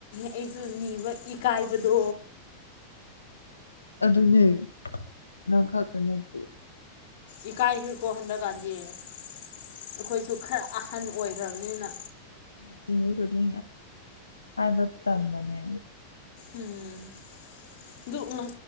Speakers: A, on the left; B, on the left.
A: ꯑꯩꯁꯨ ꯅꯤꯕ ꯏꯀꯥꯏꯕꯗꯣ
B: ꯑꯗꯨꯅꯦ ꯅꯪ ꯈꯥꯛꯇ ꯅꯠꯇꯦ
A: ꯏꯀꯥꯏ ꯏꯈ ꯀꯣ ꯍꯟꯗꯀꯥꯟꯗ ꯑꯩꯈꯣꯏꯁꯨ ꯈꯔ ꯑꯍꯟ ꯑꯣꯏꯈ꯭ꯔꯕꯅꯤꯅ
B: <unintelligible> ꯈꯨꯗꯤ ꯍꯥꯏꯕ ꯇꯥꯟꯂꯅꯦ
A: ꯎꯝ ꯑꯗꯨ ꯎ